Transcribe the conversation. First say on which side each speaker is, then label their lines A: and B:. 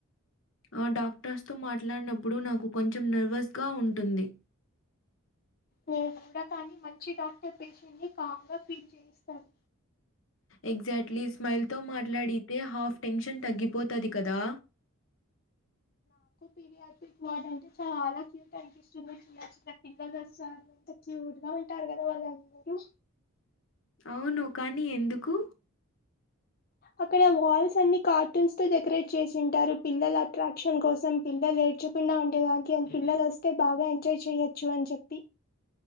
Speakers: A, on the left (about 60°); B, on the left (about 40°).
A: ఆ డాక్టర్స్ తో మాట్లాడినప్పుడు నాకు కొంచెం నర్వస్గా ఉంటుంది.
B: మ్ ఎవరో కానీ మంచి డాక్టర్ పేషెంట్ ని కామ్ గా ఫీల్ చేయిస్తారు.
A: ఎగ్జాక్ట్లీ స్మైల్ తో మాట్లాడితే హాఫ్ టెన్షన్ తగ్గి. పోతది కదా
B: పీరియాటిక్ వర్డ్ అయితే చాలా క్యూట్ అనిపిస్తుంది చిన్న, చిన్న పిల్లలు వస్తారు ఎంత క్యూట్ గా. ఉంటారు కదా వాళ్లందరూ
A: అవును కానీ ఎందుకు
B: అక్కడ వాల్స్ అన్ని కార్టూన్స్ తో డెకరేట్ చేసి ఉంటారు. పిల్లల అట్రాక్షన్ కోసం పిల్లలు ఏడ్చ, కుండ ఉండడానికి అన్ పిల్లలోస్తే బాగా ఎంజాయ్ చెయొచ్చు అని చెప్పి.